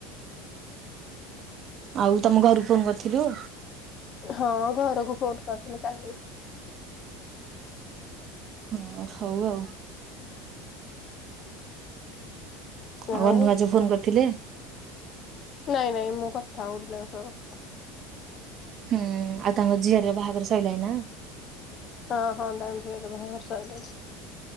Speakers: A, on the right (about 40°); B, on the left (about 40°).
A: ଆଉ ତମ କୁ ଘରୁ ଫୋନ୍ କରିଥିଲୁ?
B: ହଁ ଘରକୁ‌ ଫୋନ୍ କରିଥିଲେ କାଲି।
A: ଓ ହଉ ଆଉ।
B: ଆଉ
A: ଆମର ନୂଆ ଯୋଉ ଫୋନ କରିଥିଲେ।
B: ନାଇଁ ନାଇଁ ମୁଁ କଥା ହୋଉଥିଲି ତାଙ୍କ ସହ।
A: ହୁଁ ଆଉ ତାଙ୍କ ଝିଅରୀର ବାହାଘର ସଇଲାଣି ନା?
B: ହଁ ହଁ ତାଙ୍କ ଝିଆରୀର ବାହାଘର ସଇଲାଣି।